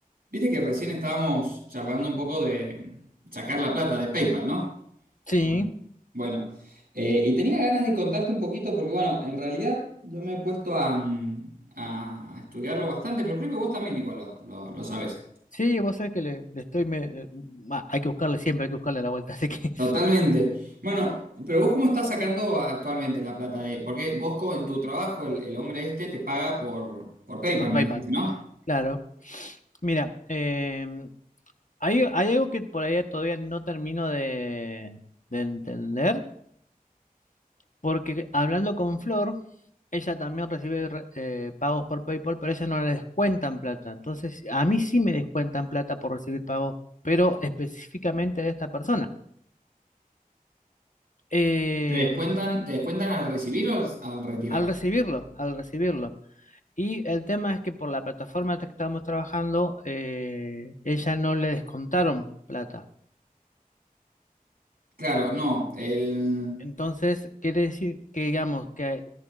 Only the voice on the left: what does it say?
Sí,
sí, vos sabés que le, le estoy... me- eh, bah, hay que buscarle siempre, hay que buscarle la vuelta, <laughs> así que
por
PayPal.
Claro. Mira, em, hay, hay algo que por ahí todavía no termino de, de entender, porque hablando con Flor, ella también recibe re- eh, pagos por PayPal, pero a ella no le descuentan plata. Entonces, a mí sí me descuentan plata por recibir pagos, pero específicamente de esta persona. Em,
al recibirlo, al recibirlo. Y el tema es que por la plataforma en la que estábamos trabajando, eh, ella no le descontaron plata.
Entonces, quiere decir que, digamos, que